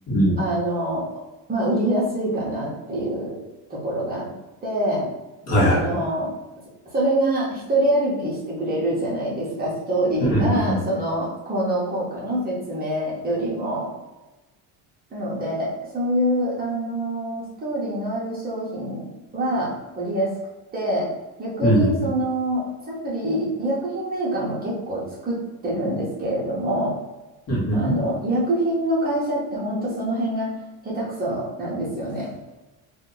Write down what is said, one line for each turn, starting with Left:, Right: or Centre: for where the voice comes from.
Left: んう
Right: あの、まあ売りやすいかなっていうところがあって、
Left: ん。はいはい。
Right: あの、それが一人歩きしてくれるじゃないですか、ストーリーが、
Left: うんうんうん。
Right: その効能効果の説明よりも。なので、そういう、あのストーリーのある商品は売りやすくて、逆にそのサプリ、
Left: うんうんうん。
Right: 医薬品メーカーも結構作ってるんですけれども、
Left: うんうんうん
Right: あの、医薬品の会社って本当その辺が下手くそなんですよね。